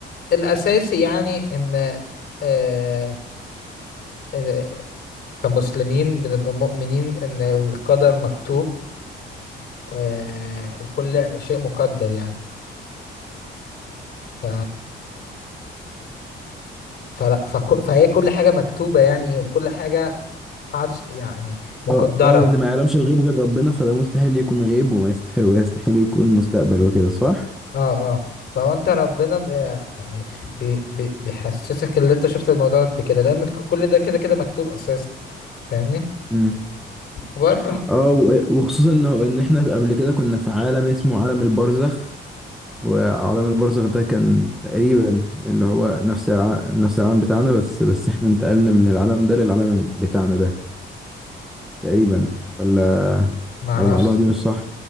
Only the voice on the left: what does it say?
الأساسي يعني إن آه آه، كمسلمين بنبقى مؤمنين إن القدر مكتوب و- وكل شيء مقدر يعني ف فلا فك... فهي كل حاجة مكتوبة يعني وكل حاجة حس... يعني مقدرة
اه اه فهو انت ربنا ب... يعني بي... بي... بيحسسك اللي انت شفت الموضوع ده كده لان ك- كل ده كده كده مكتوب اساسا فاهمني
برضه
ما اعرفش